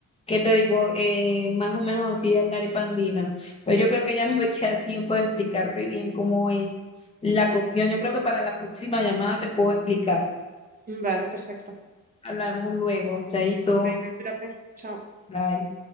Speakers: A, on the left; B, on the right.
A: ¿qué te digo? Eh, más o menos así es la arepa andina. Pues yo creo que ya no me <laughs> queda tiempo de explicarte bien cómo es la cuestión. Yo creo que para la próxima llamada te puedo explicar.
B: vale, perfecto.
A: hablamos luego, chaito.
B: Venga, espérate. Chao.
A: Bye.